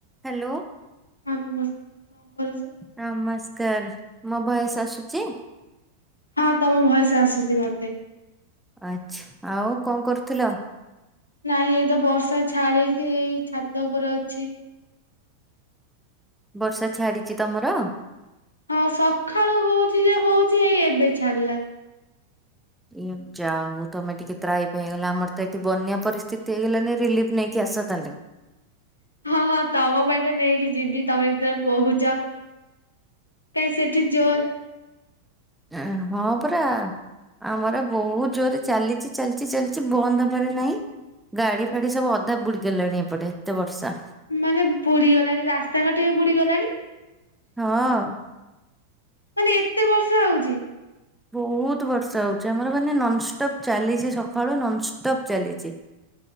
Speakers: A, in the centre; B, on the left.
A: Hello.
B: ହଁ ନମସ କରୁଛି।
A: ନମସ୍କାର ମୋ ଭୟସ୍ ଆସୁଛି?
B: ହଁ ତମ ଭୟସ ଆସୁଛି ମତେ।
A: ଆଛା ଆଉ କଣ କରୁଥିଲ?
B: ନାଇଁ ଏଇତ ବର୍ଷା ଛାଡିଛି ଏଇ ଛାତ ଉପରେ ଅଛି।
A: ବର୍ଷା ଛାଡିଛି ତମର?
B: ହଁ ସକାଳୁ ହଉଚି ଯେ ହଉଚି ଏଇ ଏବେ ଛାଡିଲା।
A: ଏ ଯାହା ହଉ ତମେ ଟିକେ ତ୍ରାହି ପାଇଁ ହେଇଗଲା। ଆମର ତ ଏଠି ବନ୍ୟା ପରିସ୍ଥିତି ହେଇଗଲାନି ରିଲିଫ ନେଇକି ଆସ ତାହେଲେ।
B: ହଁ ହଁ ତମ ପାଇଁ ତ ନେଇକି ଯିବି ତମେ ଜେତେଳେ କହୁଛ। କାଇ ସେଇଠି ଜୋର
A: ଆ ହଁ ପରା। ଆମର ବହୁତ ଜୋରେ ଚାଲିଛି ଚାଲିଛି ଚାଲିଛି ବନ୍ଦ ହବାରେ ନାହିଁ। ଗାଡି ଫାଡି ସବୁ ଅଧା ବୁଡିଗଲାଣି ଏପଟେ ଏତେ ବର୍ଷା।
B: ମାନେ ବୁଡି ଗଲାଣି ରାସ୍ତାଘାଟ ବି ବୁଡି ଗଲାଣି?
A: ହଁ।
B: ମାନେ ଏତେ ବର୍ଷା ହଉଛି?
A: ବହୁତ ବର୍ଷା ହଉଛି ଆମର ମାନେ ନନଷ୍ଟପ ଚାଲିଛି ସକାଳୁ ନନଷ୍ଟପ ଚାଲିଛି।